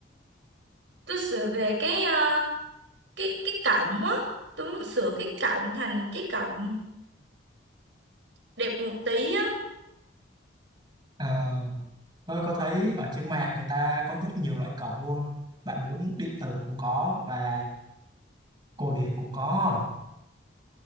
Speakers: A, on the right; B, on the right.
A: tôi sửa về cái à, cái cái cổng á, tôi muốn sửa cái cổng thành cái cổng đẹp một tí á.
B: ờ, tôi có thấy ở trên mạng người ta có rất nhiều loại cổng luôn bạn muốn điện tử cũng có và cổ điển cũng có